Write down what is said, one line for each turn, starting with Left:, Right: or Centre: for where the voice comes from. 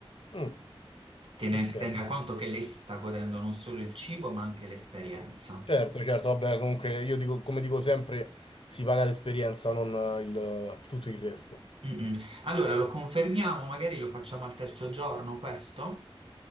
Left: Mm,
Right: Tiene-
Left: ok.
Right: tenga conto che lei si sta godendo non solo il cibo, ma anche l'esperienza.
Left: Certo, certo, vabbè, comunque io dico, come dico sempre, si paga l'esperienza, non eh, il- tutto il resto.
Right: Mm, mm. Allora, lo confermiamo, magari lo facciamo al terzo giorno, questo?